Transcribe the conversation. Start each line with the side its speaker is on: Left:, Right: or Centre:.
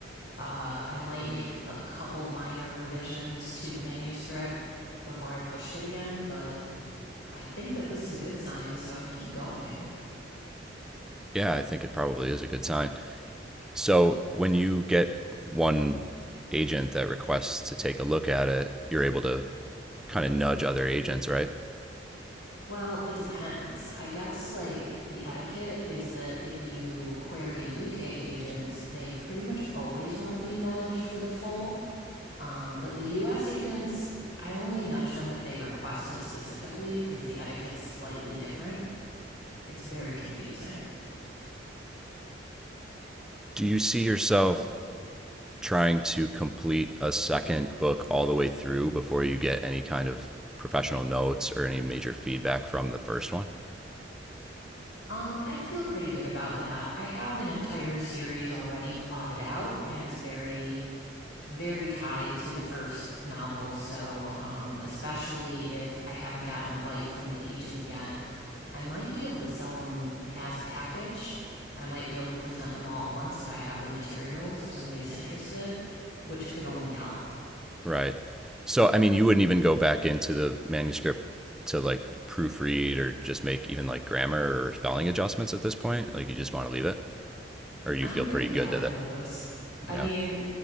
Left: Uh, I might make a couple minor revisions to the manuscript before I pushed it again, but I think that this is a good sign, so I'd keep going.
Centre: Yeah, I think it probably is a good sign. So when you get one agent that requests to take a look at it, you're able to kind of nudge other agents, right?
Left: Well, it depends. I guess, like, the etiquette is that if you query UK agents, they pretty much always want to be nudged with a full. Um, but the US agents, I only nudge them if they request it specifically because the etiquette's slightly different. It's very confusing.
Centre: Do you see yourself trying to complete a second book all the way through before you get any kind of professional notes or any major feedback from the first one.
Left: Um, I'd feel pretty good about that. I have an entire series already plotted out, and it's very, very tied to the first novel. So, um, especially if I haven't gotten a bite from an agent yet, I might be able to sell them as a package. I might be able to present them all at once if I have the materials, if somebody's interested, which could only help.
Centre: Right. So, I mean, you wouldn't even go back into the manuscript to like proofread or just make even like grammar or spelling adjustments at this point. Like, you just want to leave it, or you
Left: I'm
Centre: feel
Left: pretty
Centre: pretty
Left: bad
Centre: good that
Left: at
Centre: it.
Left: those. I
Centre: Yeah.
Left: mean,